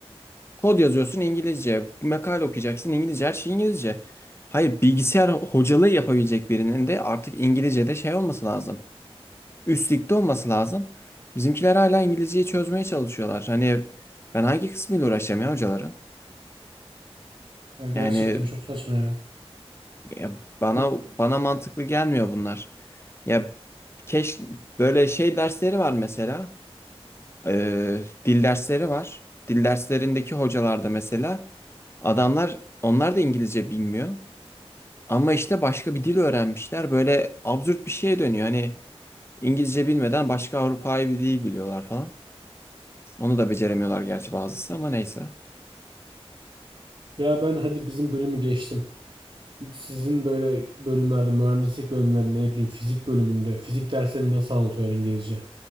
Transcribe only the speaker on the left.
Kod yazıyorsun İngilizce. Makale okuyacaksın İngilizce. Her şey İngilizce. Hayır bilgisayar hocalığı yapabilecek birinin de artık İngilizce'de şey olması lazım. Üstlükte olması lazım. Bizimkiler hala İngilizceyi çözmeye çalışıyorlar. Hani ben hangi kısmıyla uğraşacağım ya hocaların?
Yani
ya bana
bana mantıklı gelmiyor bunlar. Ya keşke böyle şey dersleri var mesela. Ee, dil dersleri var. Dil derslerindeki hocalar da mesela adamlar onlar da İngilizce bilmiyor. Ama işte başka bir dil öğrenmişler. Böyle absürt bir şeye dönüyor. Hani İngilizce bilmeden başka Avrupa'yı bir dil biliyorlar falan. Onu da beceremiyorlar gerçi bazısı ama neyse.